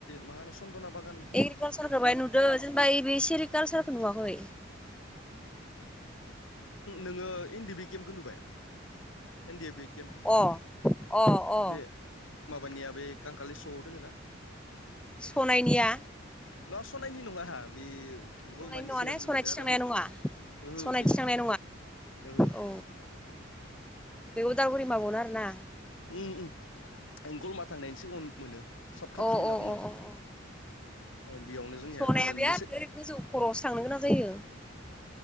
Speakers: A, on the left; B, in the centre.
A: मा होनो सन्दना बागान
B: एग्रिकाल्सारखौ बाय नुदो जेनेबा ओइ बे सेरिकालसारखौ नुवाखै
A: नोङो इनदि बि केम्पखौ नुबाय एनदि एफ बि केम्प
B: अ अ अ
A: बे माबानिया बे कांखाालि सगआव दोङो ना
B: सनायनिया
A: नङा सनानायनि नङा बे गलमानि
B: सनायनि नङा
A: सिगांनो
B: ने सनायथि
A: मोनो आरो
B: थांनाया नङा
A: ओहो
B: सनायथि
A: बे नङा
B: थांनाय
A: ओहो
B: औ बे उदालगुरि माबायावनो आरोना
A: उम उम गलमा थांनायनि सिगाङाव मोनो साब खाथि
B: अ
A: होनना बुङो
B: अ अ
A: बेयावनो जोंनिया
B: सनाया
A: मोननैसो
B: बिराद ओरै गोजौ खर'आवसो थांनो गोनां जायो